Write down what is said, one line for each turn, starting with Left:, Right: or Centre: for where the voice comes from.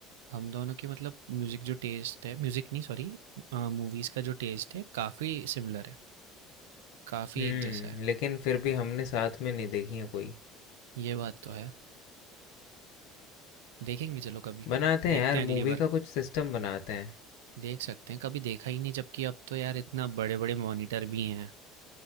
Right: हम दोनों की मतलब म्यूज़िक जो टेस्ट है म्यूज़िक नहीं सॉरी अ, मूवीज़ का जो टेस्ट है काफ़ी सिमिलर है। काफ़ी
Left: हम्म
Right: एक जैसा है।
Left: लेकिन फिर भी हमने साथ में नहीं देखी है कोई
Right: ये बात तो है। देखेंगे चलो कभी।
Left: बनाते हैं
Right: देखते
Left: यार
Right: हैं अगली
Left: मूवी
Right: बार।
Left: का कुछ सिस्टम बनाते हैं
Right: देख सकते हैं। कभी देखा ही नहीं जबकि अब तो यार इतना बड़े-बड़े मॉनिटर भी हैं।